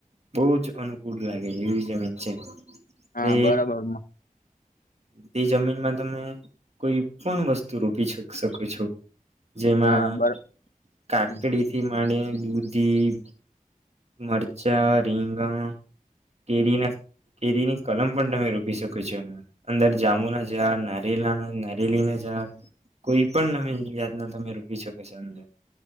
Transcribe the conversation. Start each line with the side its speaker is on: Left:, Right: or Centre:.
Right: બૌજ અનુકૂળ લાગે એવી જમીન છે.
Left: હા
Right: તે
Left: બરાબર મ
Right: તે જમીનમાં તમે કોઈ પણ વસ્તુ રોપી શક-શકો છો. જેમાં
Left: હા બર
Right: <inaudible> કાકડી
Left: હમ,
Right: થી માંડીને દૂધી, મરચાં, રીંગણ, કેરી ના કેરી ની કલમ પણ તમે રોપી શકો છો એમાં અંદર જાંમુના ઝાડ નારેલાના નારેલી ના ઝાડ કોઈ પણ તમે જાતના તમે રો પી સકોસો અંદર